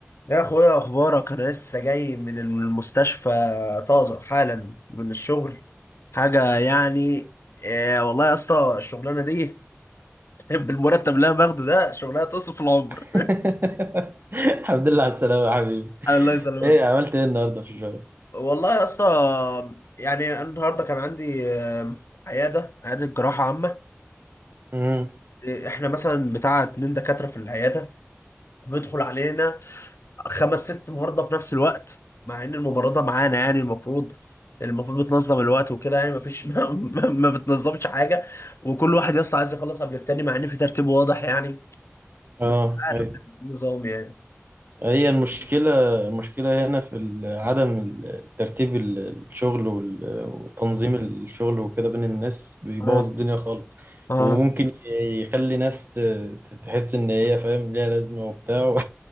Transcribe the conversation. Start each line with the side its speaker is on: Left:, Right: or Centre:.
Left: يا اخويا اخبارك انا لسه جاي من المستشفى طازه حالا من الشغل حاجه يعني إيه والله يا اسطى الشغلانه دي <laughs> بالمرتب اللي انا باخده ده شغلانه تصف العمر
Right: <laughs>
Left: <laughs>
Right: الحمد لله على السلامة يا حبيبي
Left: الله يسلمك
Right: ايه عملت ايه النهارده في الشغل؟
Left: والله يا اسطى يعني أنا النهارده كان عندي آه، عياده عياده جراحه عامه
Right: امم
Left: آه، احنا مثلا بتاع اتنين دكاتره في العياده بيدخل علينا خمس ست مهارضه في نفس الوقت مع ان المباراه ده معانا يعني المفروض المفروض بتنظم الوقت وكده يعني مفيش <laughs> ما, ما, ما بتنظمش حاجه وكل واحد يا اسطى عايز يخلص قبل التاني مع ان في ترتيب واضح يعني
Right: اه
Left: مش عارف
Right: ايوه
Left: النظام يعني
Right: هي المشكلة المشكلة هنا في ال- عدم ال- الترتيب ال- الشغل وال- وتنظيم الشغل وكده بين الناس بيبوظ
Left: اه
Right: الدنيا خالص
Left: اه
Right: وممكن يخلي ناس ت- ت- تحس ان هي فاهم ليها لازمة وبتاع